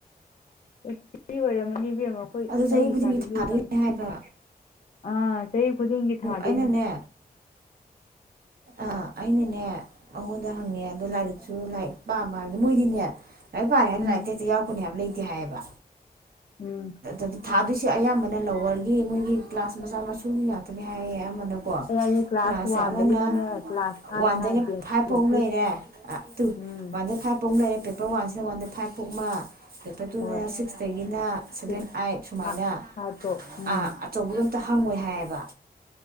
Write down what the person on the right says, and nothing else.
ꯑꯗꯨ ꯆꯍꯤ
ꯈꯨꯗꯤꯡꯒꯤ
ꯊꯥꯗꯣꯏꯅꯦ
ꯍꯥꯏꯕ
ꯑꯩꯅꯅꯦ ꯑꯥ ꯑꯩꯅꯅꯦ ꯃꯥꯉꯣꯟꯗ ꯍꯪꯉꯦ ꯑꯗꯣ ꯂꯥꯏꯔꯤꯛꯁꯨ ꯂꯥꯏꯔꯤꯛ ꯄꯥꯝꯕ ꯍꯥꯏꯕꯗꯤ ꯃꯣꯏꯗꯤꯅꯦ ꯂꯥꯏꯔꯤꯛ ꯄꯥꯔꯦꯅꯥ
ꯂꯥꯏꯔꯤꯛꯇ ꯍꯦꯛꯇ ꯌꯥꯎꯔꯛꯀꯅꯤ ꯍꯥꯏꯕ ꯂꯩ ꯇꯦ ꯍꯥꯏꯌꯦꯕ
ꯑꯗꯨ ꯊꯥꯗꯣꯏꯁꯦ ꯑꯌꯥꯝꯕꯅ ꯂꯋꯔꯒꯤ ꯃꯣꯏꯒꯤ ꯀ꯭ꯂꯥꯁ ꯃꯆꯥ ꯃꯁꯨꯒꯤ ꯉꯥꯛꯇꯅꯦ ꯍꯥꯏꯌꯦꯌꯦ ꯑꯃꯅ ꯀꯣ
ꯀ꯭ꯥꯂꯁꯁꯦ
ꯑꯃꯅ
ꯋꯥꯟꯗꯩꯅ
ꯐꯥꯏꯚ
ꯐꯧ ꯂꯩꯔꯦ ꯑ ꯇꯨ
ꯋꯥꯟꯗꯩ ꯐꯥꯏꯚ ꯐꯧ ꯂꯩꯔꯦ ꯄꯦꯄꯔ ꯋꯥꯟꯁꯤꯅ ꯋꯥꯟꯗꯩ ꯐꯥꯏꯚ ꯕꯨꯛ ꯑꯃ ꯄꯦꯞꯄꯔ ꯇꯨꯅ
ꯁ꯭ꯤꯁꯛꯇꯒꯤꯅ ꯁꯚꯦꯟ
ꯑꯥꯏꯠ ꯁꯨꯃꯥꯏꯅ
ꯑ ꯑꯆꯧꯕꯗꯣ ꯑꯝꯇ ꯍꯪꯉꯣꯏ ꯍꯥꯏꯌꯦꯕ